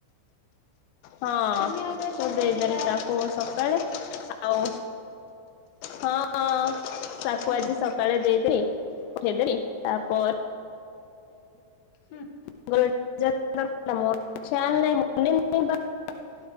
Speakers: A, on the left; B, on the left.
A: ହଁ
B: ତିନି ହଜାର
A: ମୁଁ
B: ଟଙ୍କା
A: ଦେଇଦେଲି
B: ଥିଲା
A: ତାକୁ ସକାଳେ ଆଉ ହଁ ତାକୁ
B: ହୁଁ
A: ଆଜି ସକାଳେ ଦେଇଦ ପଠେଇଦେଲି ତାପ
B: ହୁଁ।
A: <unintelligible>